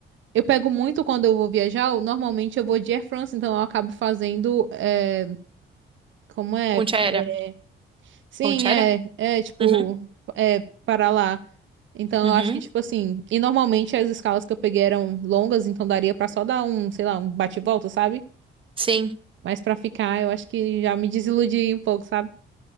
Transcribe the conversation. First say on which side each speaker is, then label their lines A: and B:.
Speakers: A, on the right; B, on the right.
A: eu pego muito quando eu vou viajar, eu- normalmente eu vou de Air France, então eu acabo fazendo, é, como é,
B: Ponte aérea.
A: É. sim,
B: Ponte
A: é,
B: aérea?
A: é, tipo,
B: Uhum.
A: é, para lá, então
B: Uhum.
A: eu acho que, tipo assim, e normalmente as escalas que eu peguei eram longas, então daria pra só dar um, sei lá, um bate-volta, sabe?
B: Sim.
A: Mas pra ficar, eu acho que já me desiludi um pouco, sabe?